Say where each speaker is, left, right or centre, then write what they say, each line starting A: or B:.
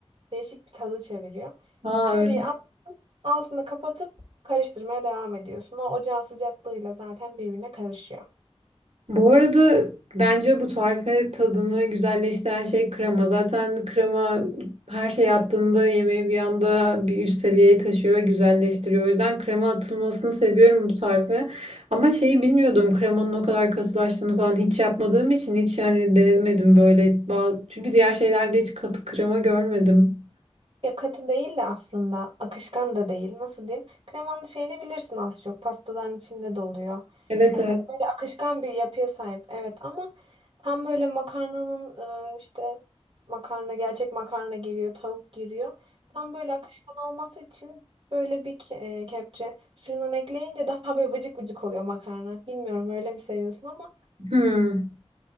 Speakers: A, on the right; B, on the right.
A: değişik bir tadı çeviriyor.
B: Aa,
A: Köriyi
B: öyle
A: Altını kapatıp karıştırmaya devam ediyorsun. O ocağın sıcaklığıyla zaten birbirine karışıyor.
B: Bu arada bence bu tarife tadını güzelleştiren şey krema. Zaten krema her şey attığında yemeği bir anda bir üst seviyeye taşıyor ve güzelleştiriyor. O yüzden krema atılmasını seviyorum bu tarife. Ama şeyi bilmiyordum kremanın o kadar katılaştığını falan hiç yapmadığım için hiç hani denemedim böyle. Ba- Çünkü diğer şeylerde hiç katı krema görmedim.
A: Ya katı değil de aslında akışkan da değil. Nasıl diyeyim? Kremanın şeyini bilirsin az çok. Pastaların içinde de oluyor.
B: Evet
A: Ee, böyle
B: evet.
A: akışkan bir yapıya sahip. Evet ama tam böyle makarnanın e, işte makarna gerçek makarna giriyor, tavuk giriyor. Tam böyle akışkan olması için böyle bir ke- e, kepçe suyundan ekleyince daha böyle vıcık vıcık oluyor makarna. Bilmiyorum öyle mi seviyorsun ama
B: <laughs>